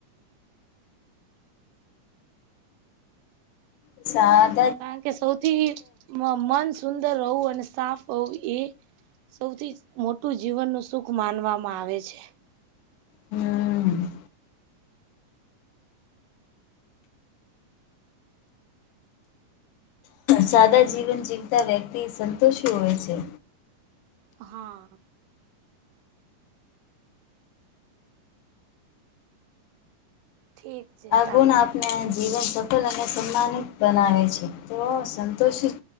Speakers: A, on the left; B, on the right.
A: સારુ
B: કારણ કે સૌથી મ મન સુંદર રહવું અને સાફ હોવું એ સૌથી મોટું જીવન નું સુખ માનવામાં આવે છે.
A: હમ. સાદા જીવન જીવતા વ્યક્તિ સંતોષી હોય છે.
B: હા. ઠીક. છે
A: <unintelligible>
B: સારું
A: જીવન સફળ અને સન્માનિત બનાવે છે તો સંતોષિત